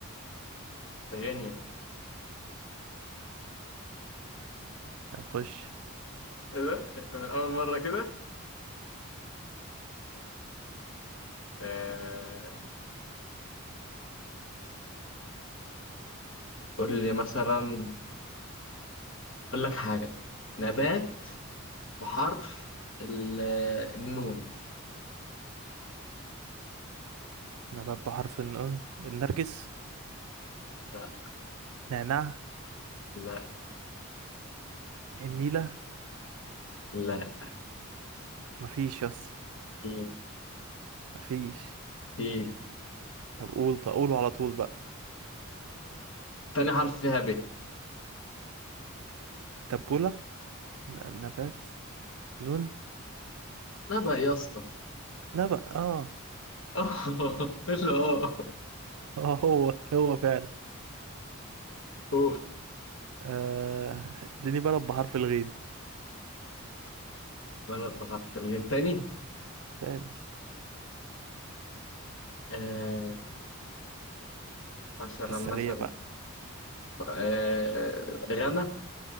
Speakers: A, on the left (about 60°); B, on the right (about 90°).
A: غنية
B: طب خش
A: ايه ده من اول مره كده آه، قول لي مثلا اقول لك حاجه نبات بحرف ال- النون
B: نبات بحرف النون النرجس
A: لا
B: نعناع
A: لا
B: النيلة
A: لا
B: مفيش يس
A: في
B: مفيش
A: في
B: طب قول طب قوله على طول بقى
A: تاني حرف فيها ب
B: تبولة ن- نبات نون
A: لا بقى يا اسطى
B: نبأ اه
A: <laughs> لا
B: اه هو هو فعلا
A: هو
B: آه اديني بلد بحرف الغين
A: بلد بحرف الغين تاني
B: تاني
A: آه مثلا
B: في السريع
A: مثلا
B: بقى
A: آه غنى